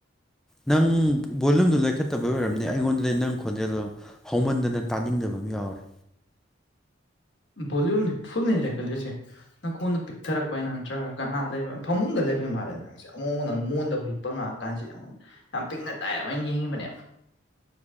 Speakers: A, in the centre; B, on the left (about 65°).
A: ꯅꯪ ꯕꯣꯂꯨꯝꯗꯨ ꯂꯩꯈꯠ ꯐꯠꯇꯕꯩ ꯑꯣꯏꯔꯝꯅꯤ ꯑꯩꯉꯣꯟꯗꯗꯤ ꯅꯪ ꯈꯣꯟꯖꯦꯜꯗ ꯍꯧꯃꯟꯗꯅ ꯇꯥꯅꯤꯡꯗꯕ ꯑꯃ ꯌꯥꯎꯔꯦ
B: ꯚꯣꯂꯌꯨꯝꯗꯤ ꯐꯨꯜꯅꯤ ꯂꯩꯈꯠꯂꯤꯏꯁꯦ ꯅꯈꯣꯟꯗ ꯄꯤꯛꯊꯔꯛꯄꯅ ꯅꯠꯇ꯭ꯔꯒ ꯀꯅꯥ ꯂꯩꯕꯅꯣ ꯐꯃꯨꯡꯗ ꯂꯩꯕꯒꯤ ꯃꯥꯜꯂꯦ ꯅꯪꯁꯦ ꯑꯃꯨꯛ ꯅꯪ ꯃꯣꯟꯗ ꯍꯨꯖꯤꯛꯄ ꯉꯥꯡꯉꯑꯀꯥꯟꯁꯤꯦ ꯑꯩꯉꯣꯟꯗ ꯌꯥꯝ ꯄꯤꯛꯅ ꯇꯥꯏꯑꯕ ꯑꯩꯅ ꯌꯦꯡꯉꯤꯕꯅꯦ